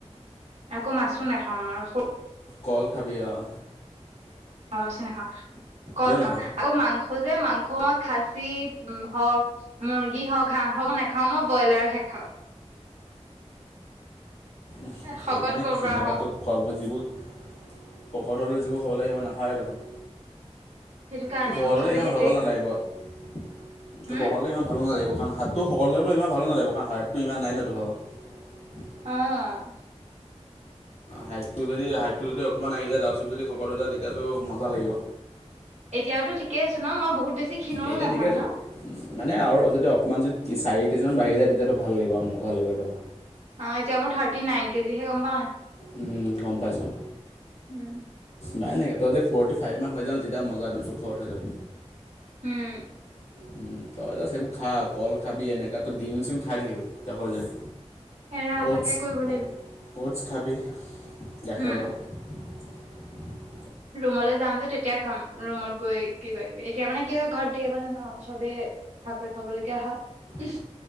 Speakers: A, on the right; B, on the left.
A: আকৌ মাছো নাখাওঁ মই
B: কল খাবি অ',
A: মই বেচি নখাওঁ কল
B: কেলৈ
A: খাওঁ
B: নাখাৱ
A: আকৌ মাংস মোৰ যে মাংস মই খাচি হওক মুৰ্গী যি হক হাঁহ হক নাখাওঁ মই ব্ৰইলাৰহে খাওঁ।
B: উম,
A: শকত
B: সেইকাৰণে
A: ক'ৰ
B: ক্ষীণ
A: পৰা
B: আকৌ
A: হ'ম
B: তোক খোৱাবোৰ যিবোৰ, হকত হ'লে যিবোৰ খাব লাগে সেইবোৰ নাখাও এ দেখোন।
A: সেইটো কাৰণে
B: তোৰ শকলৈ
A: মোক চবে
B: ইমান
A: সেইটোয়ে
B: ভালে নালাগিব,
A: কয়
B: তোক
A: হম
B: শকট হলে ইমান ভাল নালাগিব কাৰণ হাত তো শকত হলে বোলো ইমান ভাল নালাগিবণ কাৰণ হাৰতটো ইমান নাই ন' তোৰ ভাগৰ। <inaudible>
A: অ',
B: হাইটটো যদি হাইটটো যদি অকমান আহি যায় তাৰপিছত যদি শকত হৈ যায় তেতিয়াটো মজা লাগিব।
A: এতিয়াওটো ঠিকেই আছো ন', মই বহুত বেছি ক্ষিণো
B: এতিয়া
A: নহয়
B: ঠিকে আছে
A: ন'?
B: মানে আৰু যদি অকণমান যদি চাৰি কেজিমান বাঢ়ি যায় তেতিয়াতোক ভাল লাগিব আৰু মজা লাগিব একদম।
A: অ', এতিয়া মোৰ থাৰ্টী নাইন কেজিহে গম পাও নাই?
B: উম, গম পাইছোঁ।
A: উম,
B: নাই নাই তই যদি ফৰটি ফাইভ মান হৈ যাও ন' তেতিয়া মজা একদম জুখত হৈ যাব।
A: উম
B: উম, তই যাষ্ট এইবোৰ খা কল খাবি এনেকা ত' ডিম চিম খাই থাখিবি ত' হৈ যাবি।
A: এৰা
B: অ'টছ
A: তাকে কৰিব লাগিব
B: অ'টছ খাবি গাখীৰৰ
A: উম।
B: লগত। <inaudible>
A: ৰুমলৈ যাম যে তে তেতিয়া খাম ৰুমত গৈ কিবা কিবি এতিয়া মানে কি হয় ঘৰত ধেৰ মানুহ ন' চবে ভাক কৰি খাবলগীয়া হয়।
B: অ',